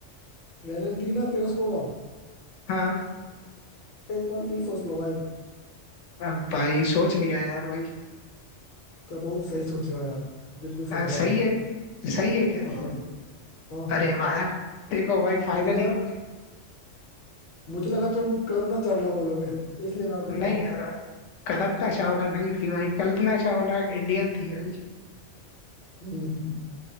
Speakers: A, on the left; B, on the left.
A: वैलेंटीना तेरेस्कोवा
B: हाँ
A: एक बार फिर सोच लो भाई
B: अब भाई सोच लिया यार भाई
A: तो बहुत सही सोचे हो यार बिल्कुल
B: आ,
A: सही जवाब
B: सही
A: है
B: है सही है क्या
A: हाँ हाँ हाँ
B: अरे वाह यार देखो भाई फाइनली
A: मुझे लगा मुझे लगा तुम कल्पना चावला बोलोगे इसलिए मैं पूछा
B: नहीं
A: था
B: यार भाई कल्पना चावला नहीं थी भाई कल्पना चावला इंडियन थी भाई
A: हम्म,